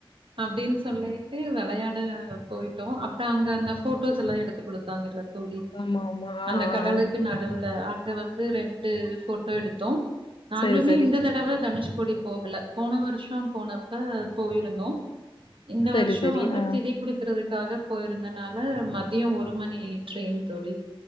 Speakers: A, on the right; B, on the left.
A: அப்டின்னு சொல்லிட்டு வெள வெளையாட போயிட்டோ அப்றோ அங்க அந்த ஃபோட்டோஸ்ஸெல்லா எடுத்துக்குடுத்தாங்கல்ல தோழி
B: ஆமாமா. ஆ,
A: அந்த கடலுக்கு
B: ஆ.
A: நடுவுல அங்க வந்து ரெண்டு ஃபோட்டோ எடுத்தோ நாங்களுமே
B: சரி சரி
A: இந்த தடவ தனுஷ் கோடி போகல போன வருஷோ போனப்ப போயிருந்தோ இந்த
B: சரி
A: வருஷோ
B: சரி
A: வந்து
B: ஆ
A: திதி குடுக்கறதுக்கு க்காக போயிருந்தனால மதியோ ஒரு மணி ட்ரெயின் தோழி